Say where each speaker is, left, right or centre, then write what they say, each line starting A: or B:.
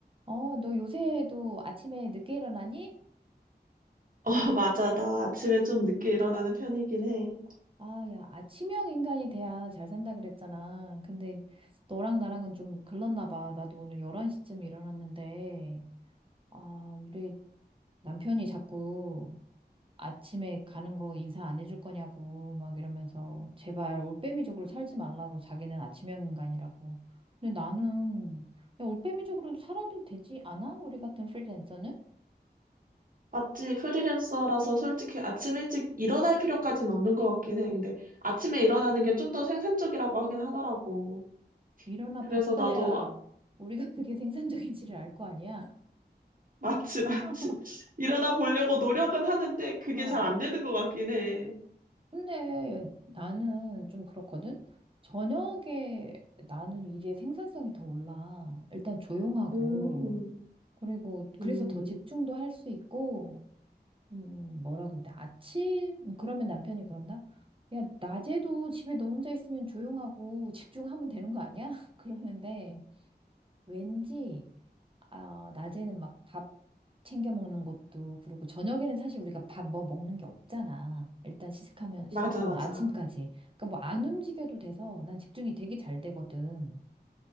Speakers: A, on the right (about 30°); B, on the right (about 55°).
A: 어, 너 요새도 아침에 늦게 일어나니?
B: 어, <laughs> 맞아. 나 아침에 좀 늦게 일어나는 편이긴 해.
A: 아, 야, 아침형 인간이 돼야 잘 산다 그랬잖아. 근데 너랑 나랑은 좀 글렀나 봐. 나도 오늘 11시쯤 일어났는데, 아, 우리 남편이 자꾸 아침에 가는 거 인사 안 해줄 거냐고 막 이러면서 제발 올빼미족으로 살지 말라고 자기는 아침형 인간이라고. 근데 나는 야, 올빼미족으로 살아도 되지 않아? 우리 같은 프리랜서는?
B: 맞지? 프리랜서라서 솔직히 아침 일찍 일어날 필요까지는 없는 것 같긴 해. 근데 아침에 일어나는 게 좀 더 생산적이라고 하긴 하더라고.
A: 일어나
B: 그래서
A: 봤어야
B: 나도 아-
A: 우리가 <laughs> 그게 생산적인지를 알 거 아니야.
B: 맞지,
A: <laughs>
B: 맞지. <laughs> 일어나 보려고 노력은 하는데 그게
A: 어.
B: 잘 안 되는 것 같긴 해.
A: 근데 나는 좀 그렇거든. 저녁에 나는 일의 생산성이 더 올라. 일단 조용하고,
B: 음,
A: 그리고 그래서
B: 음,
A: 더 집중도 할 수 있고, 음, 뭐라 그럴때 아침, 그러면 남편이 그런다? 야, 낮에도 집에 너 혼자 있으면 조용하고 집중하면 되는 거 아니야? <laughs> 그러는데, 왠지 아, 낮에는 막 밥 챙겨 먹는 것도 그렇고 저녁에는 사실 우리가 밥 뭐 먹는 게 없잖아. 일단 시작하면 시작하면
B: 맞아, 맞아.
A: 아침까지. 그러니까 뭐 안 움직여도 돼서 난 집중이 되게 잘 되거든.